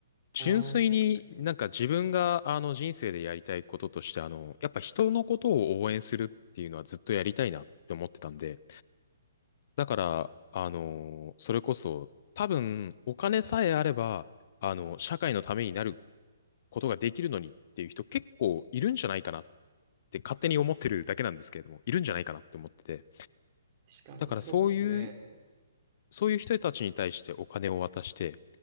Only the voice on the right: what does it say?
ああ、確かに。
確かに、
そうですね。